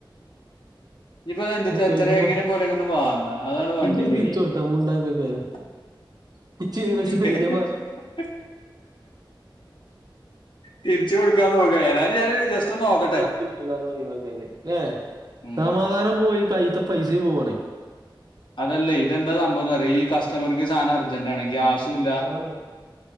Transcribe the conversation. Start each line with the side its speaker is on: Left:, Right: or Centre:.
Left: ഇത്ഇപ്പൊ എന്ത്ട്ട
Right: കേക്കുമ്പോ
Left: എത്ര എങ്ങനെ പോലെങ്ങന്ന് വാങ്ങ അതാണ് വണ്ടി
Right: ഇജ്ജ
Left: പോലായി
Right: തിരിച്ചു കൊടുത്താ മുണ്ടായി പോയി കഴിയോ
Left: <unintelligible>
Right: ചീറിച്ചെറിഞ്ഞപ്പോ
Left: തിരിച്ച കൊടുക്കാൻ നോക്കാ ഏതാലും ഞൻ ജസ്റ്റ് ഒന്ന് നോക്കട്ടെ
Right: കട്ട വിട്ടില്ലാര ഒഴുവാക്കില്ലെ ല്ലെ
Left: ഉം
Right: സമാധാനം പോയി കൈത്ത പൈസയും പോവണേ
Left: അതല്ലേ ഇതെന്താ സംഭവംന്ന് പറയാ ഈ കസ്റ്റമർക്ക് സാധനം അർജന്റ് ആണ് ഗ്യാസും ഇല്ല
Right: ആണ്